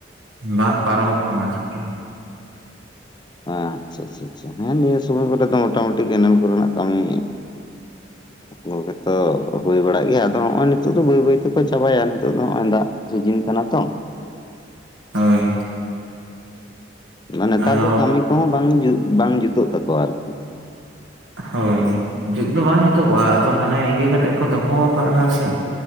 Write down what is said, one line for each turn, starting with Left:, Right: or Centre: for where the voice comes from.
Right: ᱵᱟᱝ ᱯᱟᱨᱚᱢᱚᱜ ᱠᱟᱱᱟ ᱟᱨᱠᱤ
Left: ᱟᱻᱪᱷᱟ ᱟᱪᱷᱟ ᱟᱪᱷᱟ ᱱᱮᱜ ᱮ ᱱᱤᱭᱟᱹ ᱥᱚᱢᱚᱭ ᱠᱚᱨᱮ ᱫᱚ ᱢᱚᱴᱟ ᱢᱩᱴᱤ ᱠᱮᱱᱮᱞ ᱠᱚᱨᱮᱱᱟᱜ ᱠᱟᱹᱢᱤ ᱚ ᱜᱮᱛᱚ ᱦᱩᱭ ᱵᱟᱲᱟᱜ ᱜᱮᱭᱟ ᱟᱫᱚ ᱱᱚᱜᱼᱚᱭ ᱱᱤᱛᱚᱜ ᱫᱚ ᱵᱟᱹᱭ ᱵᱟᱹᱭ ᱛᱮ ᱠᱚ ᱪᱟᱵᱟ ᱭᱟ ᱱᱤᱛᱚᱜ ᱫᱚ ᱱᱚᱜᱼᱚᱭ ᱫᱟᱜ ᱪᱮᱫ ᱡᱤᱞ ᱠᱟᱱᱟ ᱛᱚ?
Right: ᱦᱳᱭ!
Left: ᱢᱟᱱᱮ ᱱᱮᱛᱟᱨ
Right: ᱟᱫᱚ
Left: ᱫᱚ ᱠᱟᱹᱢᱤ ᱠᱚ ᱦᱚᱸ ᱵᱟᱝ ᱵᱟᱝ ᱡᱩᱛᱩᱜ ᱛᱟ ᱠᱚᱣᱟ ᱟᱨᱠᱤ,
Right: ᱦᱳᱭ, ᱡᱩᱫ ᱫᱚ ᱵᱟᱝ ᱡᱩᱛᱩᱜᱚᱜᱼᱟ, ᱟᱫᱚ ᱦᱟᱱᱮ ᱤᱭᱟᱹ ᱠᱟᱛᱮᱫ ᱠᱚ ᱫᱚᱦᱚ ᱟᱠᱟᱜ ᱟ ᱟᱥᱮ,